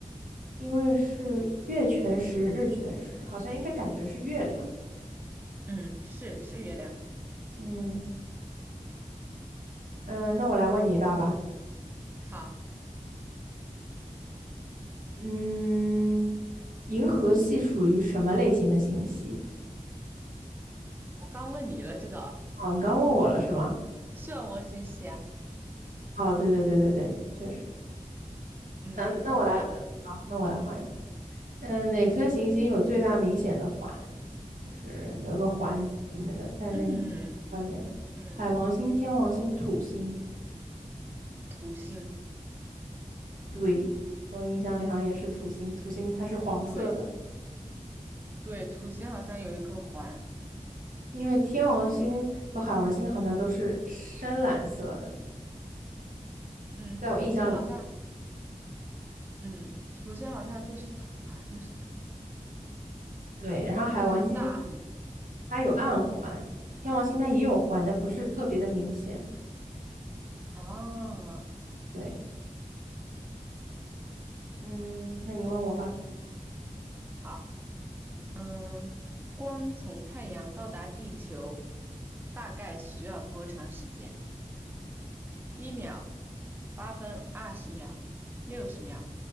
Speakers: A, on the right; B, on the right.
A: 因为是月全食、日全食，好像应该感觉是月亮。
B: 嗯，是是月亮。
A: 嗯。嗯、那我来问你一道吧。
B: 好，
A: 嗯，银河系属于什么类型的星系？
B: 我刚问你了这个
A: 哦，你刚问我了是吗？
B: 漩涡星系啊，
A: 哦，对对对对对，确实。
B: 嗯，
A: 那那我来，
B: 你换一个，
A: 好，那我来换一个。嗯，哪颗行星有最大明显的环？
B: 嗯
A: 就是有一个环子那个在那个行星外面，
B: 嗯嗯，
A: 海王星、天王星、土星。
B: 土星，
A: 对，我印象里好像也是土星，土星它是黄色的，
B: 对对，土星好像有一颗环，
A: 因为天王星和海王星好像都是深蓝色的，
B: 嗯，
A: 在我印象里。
B: 土星好像，嗯，土星好像都是土啊，<laughs> 就是
A: 对，然后海王星
B: 就很大很，
A: 它有暗环，
B: 嗯，
A: 天王星它也有环，但不是特别的明显。
B: 哦，
A: 对，嗯，那你问我吧，
B: 好。嗯，光从太阳到达地球大概需要多长时间？一秒、八分、二十秒、六十秒、